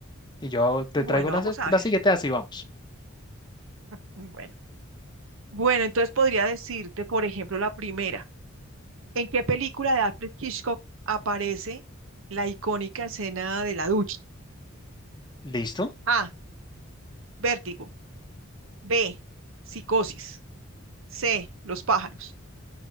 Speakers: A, on the left; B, on the right.
A: Y yo te
B: Bueno,
A: traigo la,
B: vamos
A: ses-
B: a
A: la
B: ver.
A: siguiente, así vamos.
B: Bueno, bueno, entonces podría decirte, por ejemplo, la primera. ¿En qué película de Alfred Hitchcock aparece la icónica escena de la ducha?
A: ¿Listo?
B: A. Vértigo. B. Psicosis. C. Los pájaros.